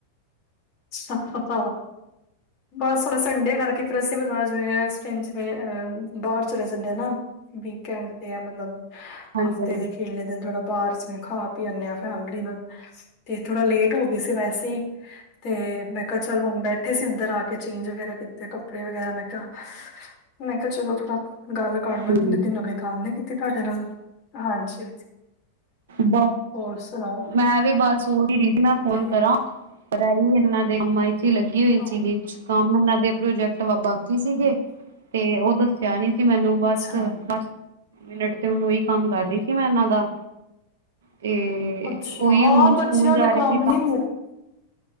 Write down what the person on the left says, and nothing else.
ਅੱਛ, ਬਸ ਥੋੜਾ ਸੰਡੇ ਕਰਕੇ ਫਿਰ ਅਸੀਂ ਬਣਾ ਜਿਵੇਂ। ਜਿਵੇਂ ਅ ਬਾਹਰ ਚਲੇ ਜਾਂਦੇ ਆ ਨਾ ਵੀਕਐਂਡ ਦੇ ਆ ਮਤਲਬ
ਹਫਤੇ
ਦੇ ਪਲੇ ਦਿਨ ਥੋੜ੍ਹਾ ਬਾਹਰ ਚਵੇਂ ਖਾ ਪੀ ਆਉਂਦੇ ਹਾਂ ਫੈਮਿਲੀ ਨਾਲ ਤੇ ਥੋੜਾ ਲੇਟ ਹੋ ਗਏ ਸੀ ਵੈਸੇ ਹੀ ਤੇ ਮੈਂ ਕਿਹਾ ਚਲ ਹੁਣ ਬੈਠ ਇਥੇ ਸ ਅੰਦਰ ਆ ਕੇ ਚੇਂਜ ਵਗੈਰਾ ਕੀਤੇ ਕੱਪੜੇ ਵਗੈਰਾ ਮੈਂ ਕਿਹਾ ਮੈਂ ਕਿਹਾ ਚਲੋ। ਗੱਲ ਕਰਨਾ
ਕਿੰਨੇ ਦਿਨ ਹੋ ਗਏ ਗੱਲ ਨੀ ਕੀਤੀ ਤੁਹਾਡੇ ਨਾਲ ਹਾਂਜੀ।
ਹੋਰ ਸੁਣਾਓ
ਤੇ
ਹਮ,
ਹਮ,
ਅੱਛਾ
ਅੱਛਾ
ਹਾਂ
ਬੱਚਿਆਂ
ਦੇ
ਕੰਮ
ਨੀ ਮੁੱਕ